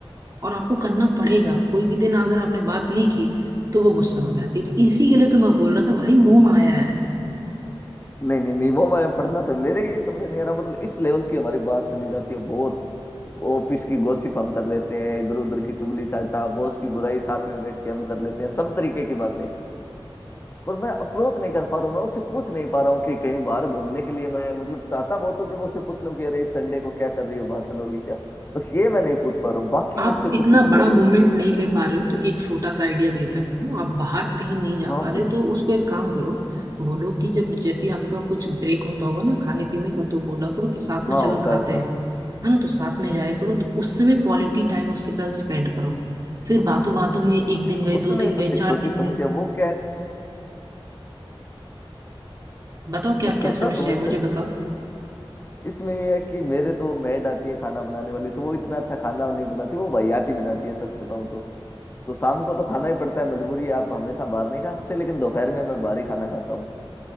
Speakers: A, on the right; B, on the left.
A: और आपको करना पड़ेगा कोई भी दिन अगर आपने बात नहीं की तो वो गुस्सा हो जाती है तो इसी के लिए तो मैं बोल रहा था भाई मोह माया है
B: नहीं नहीं नहीं वो मैं पढ़ना तो मेरे ये समझ नहीं आ रहा मतलब इस लेवल की हमारी बात चली जाती है बहुत ऑफिस की गॉसिप हम कर लेते हैं इधर उधर की चुगली चाटा बॉस की बुराई साथ में बैठ के हम कर लेते हैं सब तरीके की बातें पर मैं अप्रोच नहीं कर पा रहा हूँ मैं उससे पूछ नहीं पा रहा हूँ कि कहीं बाहर घूमने के लिए मैं मतलब चाहता बहुत हूँ कि मैं उससे पूछ लूँ कि अरे इस संडे को क्या कर रही हो बाहर चलोगी क्या बस ये मैं नहीं पूछ पा रहा हूँ बाकी
A: आप
B: मुझसे
A: इतना
B: कुछ ही बुलवा
A: बड़ा
B: लो
A: मूवमेंट
B: होती है उससे
A: नहीं ले पा रहे हो तो एक छोटा सा आइडिया दे सकता हूँ आप बाहर कहीं नहीं जा
B: हाँ
A: पा रहे
B: बिल्कुल
A: हो, तो उसको एक काम करो बोलो कि जब जैसे ही आपका कुछ ब्रेक होता होगा ना खाने पीने का तो बोला करो कि साथ
B: हाँ
A: में चलो
B: होता
A: खाते
B: है होता
A: हैं
B: है
A: है ना तो साथ में जाया करो तो उस समय क्वालिटी टाइम उसके साथ स्पेंड करो फिर बातों बातों में एक
B: अरे
A: दिन
B: यार
A: गए दो
B: उसमें
A: दिन गए
B: बस
A: चार
B: एक छोटी
A: दिन गए
B: समस्या वो क्या है
A: बताओ क्या
B: मैं
A: क्या
B: करता
A: समस्या
B: तो हूँ
A: है
B: ऐसे
A: मुझे बताओ
B: इसमें ये है कि मेरे तो वो मैड आती है खाना बनाने वाली तो वो इतना अच्छा खाना नहीं बनाती वो वाहियात ही बनाती है सच बताऊं तो तो शाम को तो खाना ही पड़ता है मजबूरी है, आप हमेशा बाहर नहीं खा सकते लेकिन दोपहर में मैं बाहर ही खाना खाता हूँ